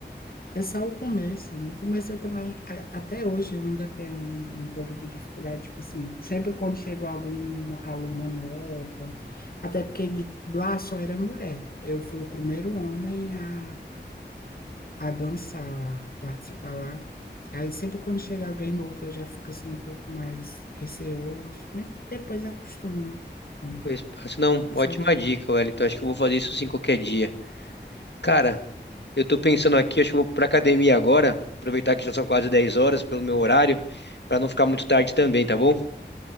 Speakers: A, on the left; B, on the left.
A: É só o começo. No começo eu também, a- até hoje eu ainda tenho um, um pouco de dificuldade, tipo assim, sempre quando chegou alguma aluna nova, até porque de, lá só era mulher. Eu fui o primeiro homem a, a dançar lá, participar lá. Aí sempre quando chega alguém novo eu já fico assim um pouco mais receoso, mas depois acostuma. né?
B: Depois passo, não,
A: Só,
B: ótima dica, Wellington. Acho que eu vou fazer isso sim qualquer dia. Cara, eu tô pensando aqui, acho que eu vou pra academia agora, aproveitar que já são quase 10 horas pelo meu horário, pra não ficar muito tarde também, tá bom?